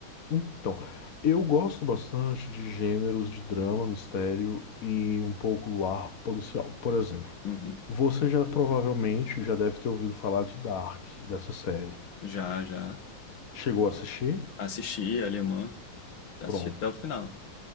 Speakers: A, on the left (about 45°); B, on the left (about 80°).
A: então, eu gosto bastante de gêneros de drama, mistério e um pouco do ar policial. Por exemplo,
B: Uhum.
A: você já provavelmente já deve ter ouvido falar de Dark, dessa série.
B: Já, já.
A: Chegou a assistir?
B: Assisti Alemã. Assisti
A: Pronto.
B: até o final.